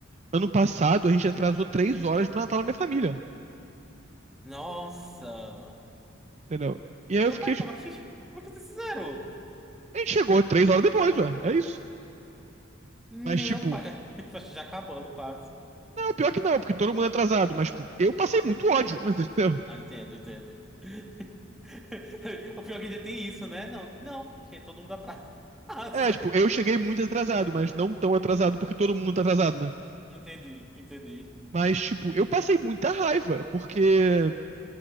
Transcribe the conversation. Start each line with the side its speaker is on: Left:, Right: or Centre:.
Right: ano passado a gente atrasou três horas pro Natal da minha família,
Centre: Nossa!
Right: entendeu? E aí
Centre: Meu
Right: eu fiquei,
Centre: pai,
Right: tipo,
Centre: como é que, <laughs> como é que vocês fizeram?
Right: A gente chegou três horas depois, ué. É isso.
Centre: Meu
Right: Mas, tipo,
Centre: pai. <laughs> Já acabando quase.
Right: não, pior que não, porque todo mundo é atrasado. Mas, tipo, eu passei muito ódio, <laughs> entendeu?
Centre: Ah, entendo, entendo. <laughs> O pior é que ainda tem isso, né? Não, não, porque todo mundo atrasa. <laughs>
Right: É, tipo, eu cheguei muito atrasado, mas não tão atrasado porque todo mundo tá atrasado, né?
Centre: Entendi, entendi.
Right: Mas, tipo, eu passei muita raiva, porque